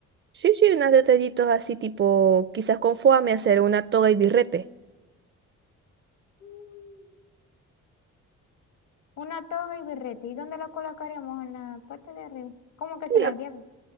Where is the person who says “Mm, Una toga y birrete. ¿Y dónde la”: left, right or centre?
Left